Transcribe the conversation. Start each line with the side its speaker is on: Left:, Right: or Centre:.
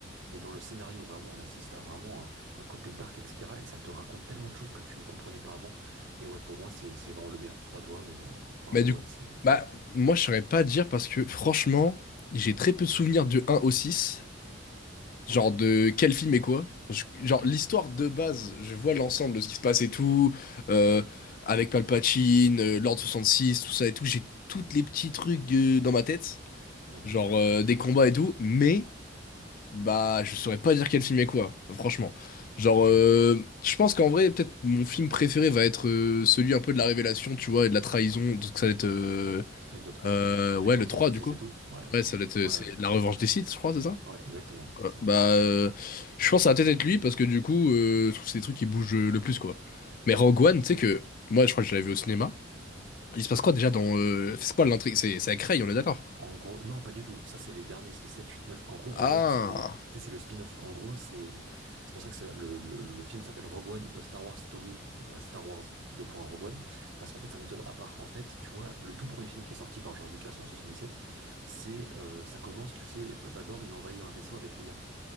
Right: et dans le scénario, vraiment, on assiste à vraiment un, un côté dark, etc. Et ça te raconte tellement de choses que tu ne comprenais pas avant. Et ouais, pour moi, c'est c'est vraiment le meilleur. Je sais pas toi, mais euh, moi,
Left: Bah
Right: Rogue
Left: du
Right: One,
Left: coup,
Right: c'est...
Left: bah moi je saurais pas dire parce que franchement, j'ai très peu de souvenirs de un au 6.
Right: Ok,
Left: genre de quel film et quoi. Je- genre
Right: ok,
Left: l'histoire de base, je vois l'ensemble de ce qui se passe et tout, euh, avec Palpatine, euh, l'Ordre 66, tout ça et tout, j'ai toutes les petits trucs euh, dans ma tête,
Right: mhm,
Left: genre euh, des combats et tout, mais Bah, je saurais pas dire quel film est quoi, franchement. Genre,
Right: ok.
Left: euh, je pense qu'en vrai, peut-être mon film préféré va être euh, celui un peu de la révélation, tu vois, et de la trahison. Donc ça va être... euh,
Right: Épisode 3
Left: euh,
Right: avec
Left: ouais, le
Right: l'an soixante
Left: 3 du
Right: six
Left: coup.
Right: et tout? Ouais, bien
Left: Ouais,
Right: sûr.
Left: ça va être... euh,
Right: Ouais,
Left: C'est
Right: ouais,
Left: la revanche des Sith, je crois, c'est ça?
Right: ouais, exactement,
Left: Ouais.
Right: c'est ça.
Left: Bah, euh, je pense que ça va peut-être être lui, parce que du coup, euh, je trouve que c'est les trucs qui bougent euh, le plus, quoi. Mais Rogue
Right: De
Left: One,
Right: ouf.
Left: tu sais que... Moi, je crois que je l'avais vu au cinéma. Il se passe
Right: Ouais.
Left: quoi déjà dans... euh, C'est quoi l'intrigue? C'est c'est avec Rey, on est d'accord?
Right: En gros, non, pas du tout. Ça, c'est les derniers, c'est 7, 8, 9. En gros, Rogue
Left: Ah...
Right: One, c'est tu sais, c'est le spin-off. En gros, c'est c'est pour ça que ça- le, le- le film s'appelle Rogue One, A Star Wars Story et pas Star Wars 2. Rogue One. Parce qu'en fait, c'est un épisode à part. En fait, tu vois, le tout premier film qui est sorti par George Lucas en 77, c'est euh, ça commence, tu sais, Vador, il envahit un vaisseau avec Leia.